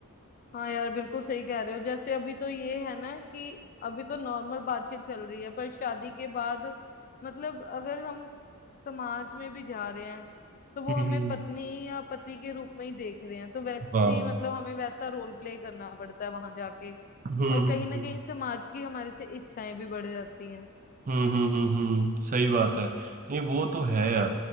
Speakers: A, on the left; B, on the right.
A: हाँ यार बिल्कुल सही कह रहे हो जैसे अभी तो ये है ना कि अभी तो नॉर्मल बातचीत चल रही है पर शादी के बाद मतलब अगर हम समाज में भी जा रहे हैं तो वो
B: हम्म
A: हमें पत्नी या पति के रूप में ही देख रहे हैं तो वैसी
B: हाँ
A: मतलब हमें वैसा रोल प्ले करना पड़ता है वहां जाके
B: हम्म
A: और कहीं ना
B: हम्म
A: कहीं समाज की हमारे से इच्छाएं भी बढ़ जाती हैं
B: हम्म हम्म हम्म, हम्म, सही बात है नहीं वो तो है यार